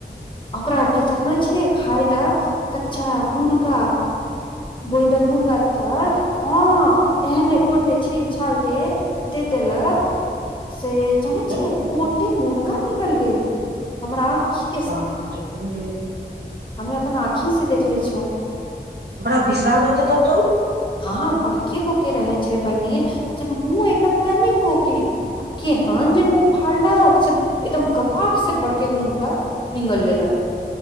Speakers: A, on the left; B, on the right.
A: आ ओकरा आर के जानैय छियै खाय लए कच्चा मुर्गा बाॅयलर मुर्गाटा हँ एहने गोटे छील छाल के दे देलक से जानै छियै
B: हँ
A: गोटे मुर्गा निगल गेल हमरा <unintelligible>
B: बापरे
A: हमे अपन आँखी से देखले छौं
B: बड़ा विशाल होतो तब तऽ उ
A: हँ बड़के गोके रहे छै बहिन जेना मुँह एकदम तनी गोके आ केहन जे मुँह फाड़लक से एकदम गपाक से बड़केगो मुर्गा निगल लेलक